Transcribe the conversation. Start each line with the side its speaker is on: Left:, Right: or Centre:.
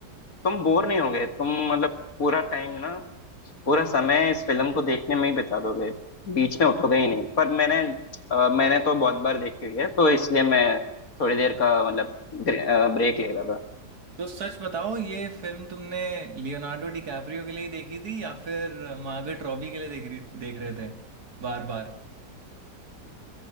Left: तुम बोर नहीं होगे तुम मतलब पूरा टाइम ना पूरा समय इस फिल्म को देखने में ही बिता दोगे बीच में उठोगे ही नहीं पर मैंने अ, मैंने तो बहुत बार देखी हुई है तो इसलिए मैं थोड़ी देर का मतलब ब्रेक ले रहा था
Right: तो सच बताओ ये फिल्म तुमने लियोनार्डो डिकैप्रियो के लिए ही देखी थी या फिर मार्गरेट रॉबी के लिए देख रही देख रहे थे बार बार